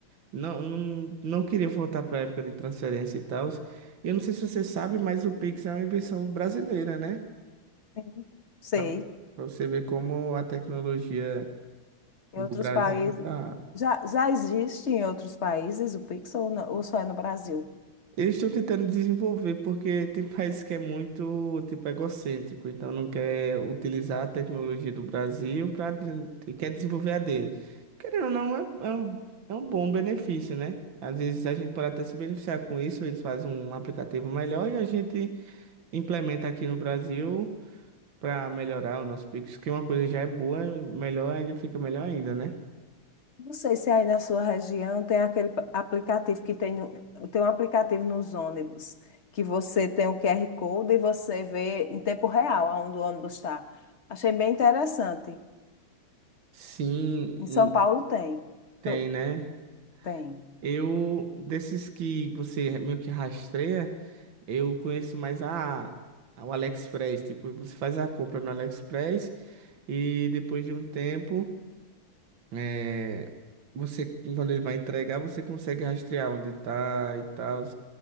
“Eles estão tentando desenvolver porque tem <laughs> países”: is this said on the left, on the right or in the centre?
Right